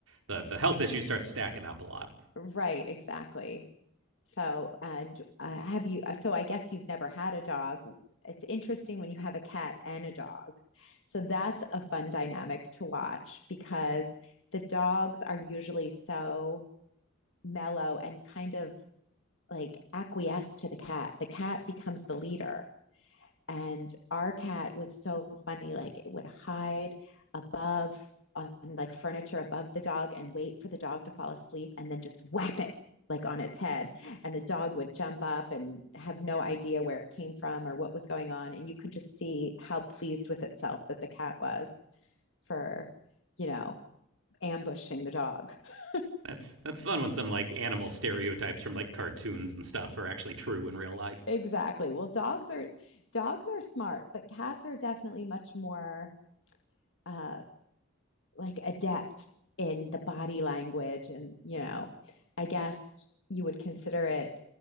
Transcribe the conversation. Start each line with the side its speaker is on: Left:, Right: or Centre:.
Right: the the health issues start stacking up a lot.
Left: Right, exactly. So, and uh, have you, uh, so I guess you've never had a dog. It's interesting when you have a cat and a dog. So that's a fun dynamic to watch because the dogs are usually so mellow and kind of like acquiesce to the cat. The cat becomes the leader. And our cat was so funny. Like it would hide above on like furniture above the dog and wait for the dog to fall asleep and then just whap it like on its head. And the dog would jump up and have no idea where it came from or what was going on. And you could just see how pleased with itself that the cat was for, you know, ambushing the dog. <laughs>
Right: That's that's fun when some like animal stereotypes from like cartoons and stuff are actually true in real life.
Left: Exactly. Well, dogs are dogs are smart, but cats are definitely much more uh like adept in the body language and you know i guess you would consider it